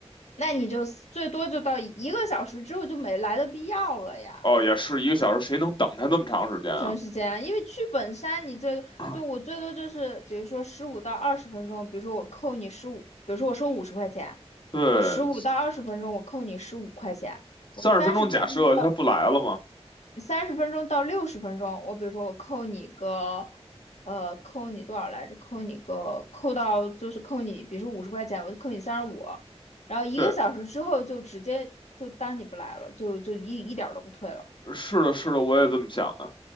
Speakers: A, on the left; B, on the left.
A: 那你就最多就到一个小时之后就没来的必要了呀。
B: 哦，也是一个小时，谁能等他那么长时间啊？
A: 确实是这样，因为剧本杀你这个就我最多就是比如说十五到二十分钟，
B: <coughs>
A: 比如说我扣你十五，比如说我收五十块钱，
B: 对，
A: 我十五到二十分钟我扣你十五块钱，我三十分钟到
B: 三十分钟假设他不来了嘛？
A: 三十分钟到六十分钟，我比如说我扣你个呃扣你多少来着？扣你个扣到就是扣你，比如说五十块钱，我就扣你三十五，然后一个小时之后就直接就当你不来了，
B: 对，
A: 就就一一点儿都不退了。
B: 是的，是的，我也这么想的，